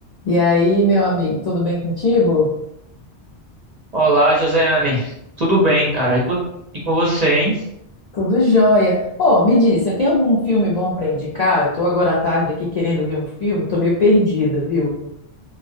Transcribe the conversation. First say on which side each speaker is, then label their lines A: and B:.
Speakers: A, on the left (about 50°); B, on the right (about 50°).
A: E aí, meu amigo, tudo bem contigo?
B: Olá, Joseane. Tudo bem, cara? E com, e com você, hein?
A: Tudo jóia. Ô, me diz, você tem algum filme bom para indicar? Eu tô agora à tarde aqui querendo ver um filme, tô meio perdida, viu?